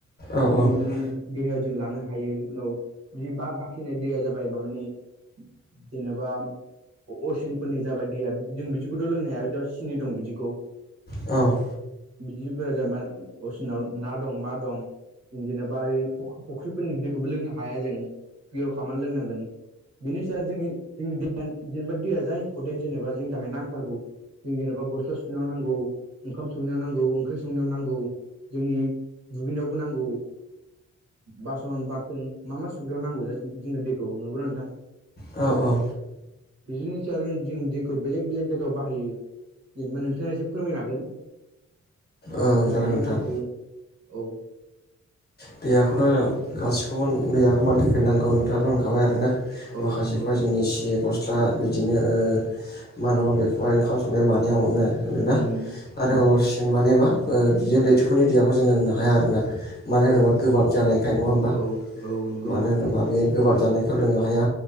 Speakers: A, on the left; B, on the right.
A: औ औ
B: दिनि मानि देहायाव जों लानो हायो उनाव बि बा बाखिनाय दैया जाबाय माबानि जेनेबा असिनफोरनि जाबादिया जों बिदिखौथ' लोंनो हाया बि सिनि दं बिदिखौ
A: औ।
B: बिदिफोरा जेनबा असिनाव ना दं मा दं जेनेबा ओ फुख्रिफोरनि दैखौबो लोंनो हाया जों पियर खालामामनानै लोंनांगोन। बेनिस जोंनि जोंनि जेनेबा दैया जा इम्परटेन्ट जेनेबा जोंनि थाखाय नांथारगौ। जों जेनेबा गस्ला सुनायाव नांगौ ओंखाम संनायाव नांगौ ओंख्रि संनायाव नांगौ। जोंनि दुगैनायावबो नांगौ। बासन बारथोन मा मा सुग्रयाव नांगौ ज जोंनो दैखौ नंगौना नोंथां।
A: औ औ।
B: बिदिनोस जों दैखौ बेलेग बेलेग जायगायाव बाहायो जेनेबा नोंथाङा एसे फोरमायनो हागोन।
A: औ जागोन
B: मानो
A: नोंथां
B: नांगौ औ।
A: दैयाखौथ' गासिखौबो दैयाखौ मानि थाखाय नांगौ नोंथाङाल' होनखाबाय आर ना
B: औ
A: माखासेफ्रा
B: नंगौ
A: जोंनि सि रा बिदिनो मा नङा बेखौहाय ओंखाम संनाय मानायाव नोङो होनोना
B: उम
A: आरो
B: नंगौ
A: हसिन माने मा बियो लैथोफोरनि देहाखौ जोंनो हाया आरोना। मानो होनोब्ला
B: औ
A: गोबाब जानायखाय नङा होमबा
B: औ औ नंगौ
A: मानो
B: नोंथां
A: होनोबा बे गोबाब जानायखौ लोंनो हाया।